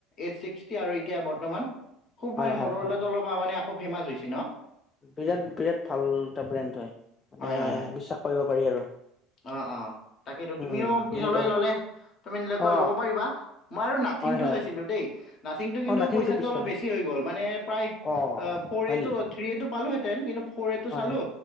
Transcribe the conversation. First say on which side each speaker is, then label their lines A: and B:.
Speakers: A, on the left; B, on the left.
A: এইট ছিক্সটি আৰু এতিয়া বৰ্তমান খুব
B: হয়
A: মানে
B: হয়
A: মটৰ
B: হয়
A: অলাটো অলপ মানে আকৌ ফেমাচ হৈছে ন
B: বিৰাট বিৰাট ভাল এটা ব্ৰেণ্ড হয় মানে
A: হয় হয় হয়
B: বিশ্বাস কৰিব পাৰি আৰু
A: অ অ তাকেইেতো
B: উম
A: তুমিও
B: সেনেকুৱা
A: পিছলৈ ললে তুমি তেনেকুৱা
B: অ
A: লব পাৰিবা মই আৰু নাথিংটো
B: হয় হয়
A: চাইছিলো দেই <unintelligible> টো কিন্তু
B: অ নাথিংটো
A: পইচাটো
B: পিছফালে
A: অলপ বেছি হৈ গ মানে প্ৰায়
B: অ হয় নেকি
A: টো পালোহেঁতেন কিন্তু ফ'ৰ এটো
B: হয়
A: চালো
B: হয়